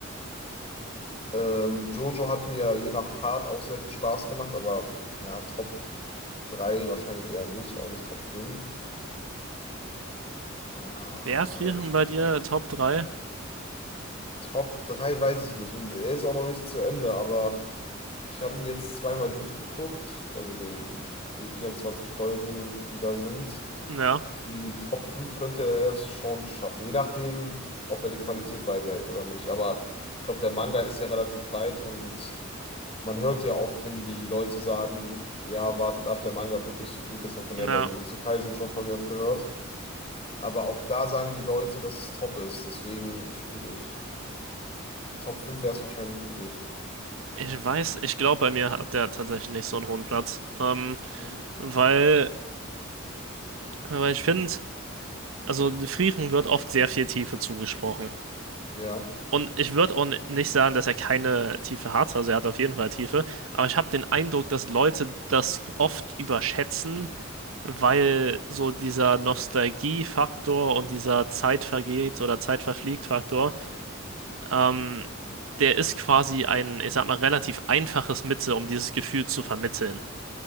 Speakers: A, on the left; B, on the right.
A: Ähm, Jojo hat mir je nach Part auch sehr viel Spaß gemacht, aber ja, Top 3 wahrscheinlich eher nicht, auch nicht Top 5. Ah,
B: Wer frieren bei dir Top 3?
A: Top 3 weiß ich nicht und er ist auch noch nicht zu Ende, aber ich habe ihn jetzt zweimal durchgeguckt, also die, die 24 Folgen, die da sind.
B: Ja,
A: Und in die Top 5 könnte er es schon schaffen, je nachdem, ob er die Qualität beibehält oder nicht. Aber ich glaube, der Manga ist ja relativ weit und Man hört ja oft, wenn die Leute sagen, ja, wartet ab, der Manga wird nicht so gut. Das hat man
B: ja.
A: ja bei Jujutsu Kaisen schon vermehrt gehört. Aber auch da sagen die Leute, dass es top ist. Deswegen schwierig. Top fünf wäre es wahrscheinlich wirklich.
B: Ich weiß, ich glaube, bei mir hat der tatsächlich nicht so einen hohen Platz. Ähm,
A: Mhm.
B: weil, weil ich finde, also Frieren wird oft sehr viel Tiefe zugesprochen.
A: Ja.
B: Und ich würde auch nicht sagen, dass er keine Tiefe hat, also er hat auf jeden Fall Tiefe, aber ich habe den Eindruck, dass Leute das oft überschätzen, weil so dieser Nostalgie-Faktor und dieser Zeit vergeht oder Zeit verfliegt Faktor, ähm, der ist quasi ein, ich sag mal, relativ einfaches Mittel, um dieses Gefühl zu vermitteln,